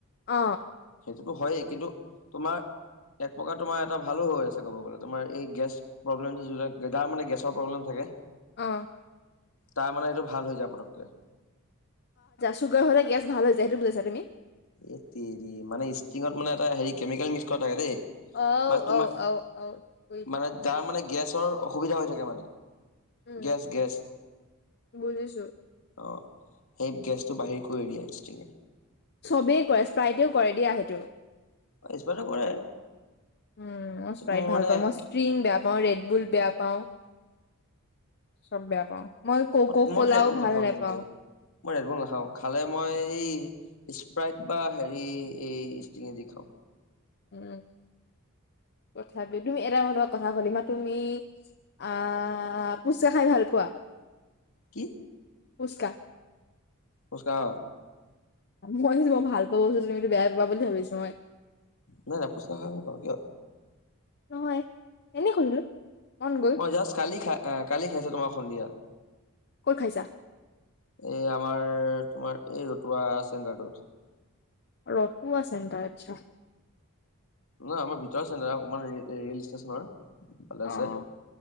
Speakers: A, on the left; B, on the left.
A: অ
B: সেইটোতো হয়েই কিন্তু তোমাৰ এক প্ৰকাৰ তোমাৰ এটা ভালো হৈ আছে কব গ'লে তোমাৰ এই গেছ প্ৰব্লেমটো যোনে যাৰ মানে গেছৰ প্ৰব্লেম থাকে।
A: অ
B: তাৰ মানে সেইটো ভাল হৈ যায় পটককে।
A: চুগাৰ হ'লে গেছ ভাল হৈ যায় সেইটো বুজাইছাঁ তুমি।
B: এৎতেৰি মানে ষ্টিঙত মানে এটা হেৰি কেমিকেল মিক্স কৰা থাকে দেই।
A: <unintelligible>
B: মানে তোমাৰ মানে যাৰ মানে গেছৰ অসুবিধা হৈ থাকে মানে।
A: উম,
B: গেছ গেছ
A: বুজিছো
B: অ সেই গেছটো বাহিৰ কৰি দিয়ে ষ্টিঙে।
A: চবেই কৰে স্প্ৰাইটেও কৰে দিয়া সেইটো।
B: কৰে
A: উম মই
B: কিন্তু
A: স্প্ৰাইট
B: মোৰ
A: ভাল
B: মানে
A: পাওঁ মই। ষ্ট্ৰিং বেয়া পাওঁ, ৰেডবুল বেয়া পাওঁ, চব বেয়া পাওঁ। মই কক'
B: মইতো
A: কোলাও
B: ৰেডবুল
A: ভাল
B: নাখাওঁ
A: নেপাও
B: কিন্তু দেই মই ৰেডবোল নাখাও খালে মই এই স্প্ৰাইট বা হেৰি এই ষ্টিঙে যি খাও
A: উম তথাপি তুমি এটা মানুহ কথা শুনিবা তুমি আ ফুচকা খাই ভাল পোৱা
B: কি
A: ফুচকা
B: ফুচকা
A: মই যোনটো ভাল পোৱা বস্তুতো তুমিতো বেয়াই পাবা বুলি ভাবিছো মই
B: নাই নাই ফুচকা খাই বাৰু কিয়
A: নহয় এনে শুধিলো মন গৈ
B: মই জাষ্ট কালি খাই এ কালি খাইছো তোমাৰ সন্ধিয়া।
A: ক'ত খাইছা
B: এই আমাৰ তোমাৰ এই ৰতুৱা চেণ্টাৰটোত।
A: ৰতুৱা চেণ্টাৰ আচ্ছা
B: নহয় আমাৰ ভিতৰুৱা চেণ্টাৰ অকমান ৰে ৰেল ষ্টেচনৰ সিফালে
A: অ'।
B: আছে